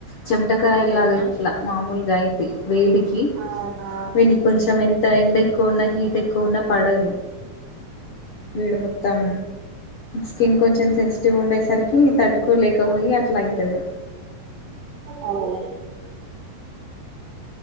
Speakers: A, on the left; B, on the right.
A: చెమటకాయలాగా
B: అంతేనా
A: ఇట్లా మామూలుగా అయింది వేడికి
B: అవునా
A: వీని కొంచెం ఎంత ఎండ ఎక్కువ ఉన్నా హీట్ ఎక్కువవున్నా పడదు వీడు మొత్తం స్కిన్ కొంచెం సెన్సిటివ్ ఉండే అేసరికి తట్టుకోలేకపోయి అయితది
B: అదేలా